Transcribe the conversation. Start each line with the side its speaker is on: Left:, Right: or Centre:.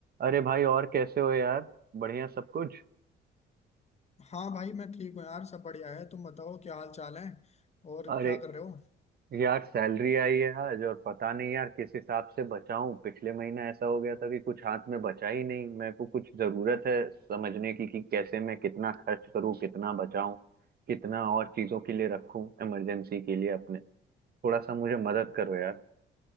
Right: अरे भाई और कैसे हो यार बढ़िया सब कुछ
Left: हाँ भाई मैं ठीक हूँ यार सब बढ़िया है तुम बताओ क्या हाल चाल है और
Right: अरे
Left: क्या कर रहे हो
Right: यार सैलरी आई है आज और पता नहीं यार किस हिसाब से बचाऊं पिछले महीना ऐसा हो गया था कि कुछ हाथ में बचा ही नहीं मेरे को कुछ जरूरत है समझने की कि कैसे मैं कितना खर्च करूं कितना बचाऊं कितना और चीजों के लिए रखूं इमरजेंसी के लिए अपने थोड़ा सा मुझे मदद करो यार